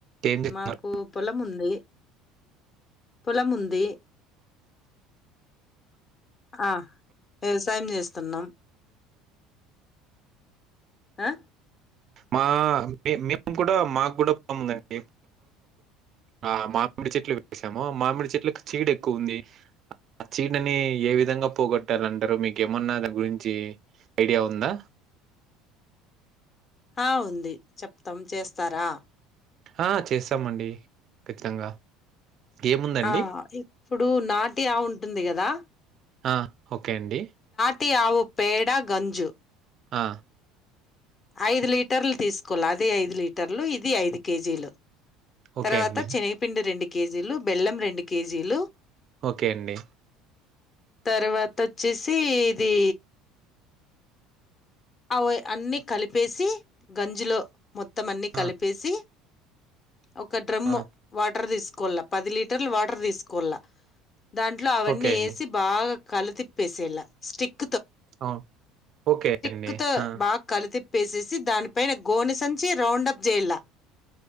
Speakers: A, on the right; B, on the left.
A: ఏం చేస్తున్నారు
B: మాకు పొలముంది పొలముంది ఆ వ్యవసాయం చేస్తున్నా హా
A: మా మేము కూడా మాకు కూడా పొలం ఉందండి ఆ మామిడి చెట్లు వేసాము ఆ మామిడి చెట్లకు చీడు ఎక్కువగా ఆ చీడని ఏ విధంగా పోగొట్టాలంటారు మీకేమన్నా దాని గురించి ఐడియా ఉందా
B: ఆ ఉంది చెప్తాం చేస్తారా
A: ఆ చేస్తామండి ఖచ్చితంగా ఏముందండి
B: ఆ ఇప్పుడు నాటి ఆవు ఉం ఉంటుంది కదా
A: ఆ ఓకే అండి
B: తి ఆవు పేడ గంజు
A: ఆ
B: ఐదు లీటర్లు తీసుకోల్ల అది ఐదు లీట్ టర్లు ఇది ఐదు కేజీలు
A: ఓకే
B: తర్వాత
A: అండి
B: చెనిగిపిండి రెండు కేజీలు బెల్లం రెండు కేజీలు
A: ఓకే అండి
B: తర్వాత వచ్చేసి ఇది అవ అన్నీ కలిపేసి గంజులో మొత్తమన్ని కలిపేసి
A: ఆ,
B: ఒక డ్రమ్
A: ఆ,
B: వాటర్ తీసుకు కోల్ల పది లీటర్లు వాటర్ తీసుకోళ్ల దాంట్లో అవన్నీ
A: ఓకే
B: వేసి
A: అండి
B: బాగా కలతిపేసేలయేళ్ళ స్టిక్
A: అవును ఓకే అండి
B: స్టీకుతో
A: ఆ!
B: బాగా కలితి పేసేసి దానిపైన గోనిసంచి రౌండ్ప్ జెయలా